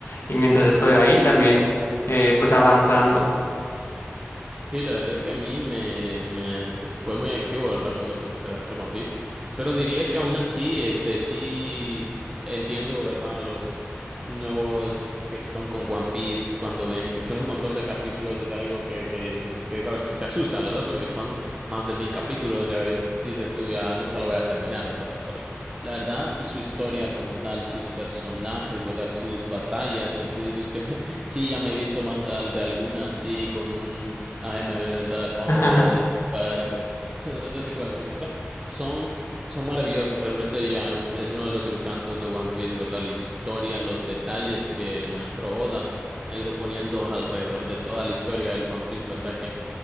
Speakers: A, on the left; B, on the right.
A: y mientras estoy ahí también, eh, pues avanzando.
B: Sí, la verdad es que a mí me, me fue muy activo, ¿verdad? Cuando empecé a ver One Piece. Pero diría que aún así, este, sí entiendo, ¿verdad? A los nuevos que son con One Piece, cuando ven que son un montón de capítulos, es algo que, que, que esas- te asusta, ¿verdad? Porque son más de mil capítulos, ya dices tú, ya nunca lo voy a terminar, o sea, pero la verdad, su historia como tal, sus personajes, ¿verdad? Sus batallas, que tú dices que <laughs> Sí, ya me he visto más al de alguna, sí, con un A AM, ¿verdad? De fondo,
A: <laughs>
B: de Linkin Park, <laughs> o o de otro tipo de música. Son, son maravillosas, realmente ya mm, es uno de los encantos de One Piece, ¿verdad? La historia, los detalles que el maestro Oda ha ido poniendo alrededor de toda la historia del One Piece, ¿verdad?